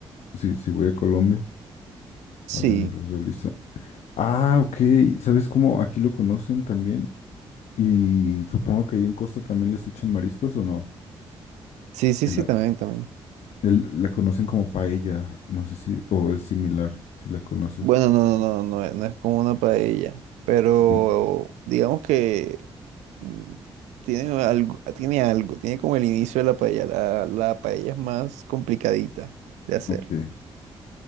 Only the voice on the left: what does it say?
Sí, sí, voy a Colombia. A
ver, a José Luis. Ah, ok. ¿Sabes cómo aquí lo conocen también? Y supongo que ahí en Costa también les echan mariscos o no.
El,
ar-
el- la conocen como paella, no sé si, o es similar, si la conoces.
No.
Ok.